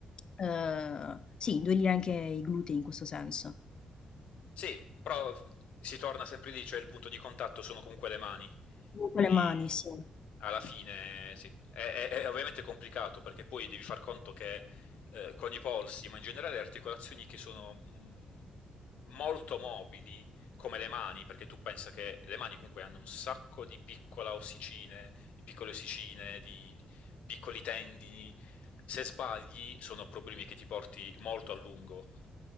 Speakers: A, on the left; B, on the left.
A: uhm, sì, indurire anche i glutei in questo senso.
B: Sì, però si torna sempre lì, cioè il punto di contatto sono comunque le mani,
A: Comunque
B: quindi
A: le mani, sì.
B: alla fine sì. È, è- è ovviamente complicato perché poi devi far conto che eh, con i polsi, ma in generale le articolazioni che sono mh, molto mobili, come le mani, perché tu pensa che le mani comunque hanno un sacco di piccole ossicine, di piccole ossicine, di piccoli tendini, se sbagli sono problemi che ti porti molto a lungo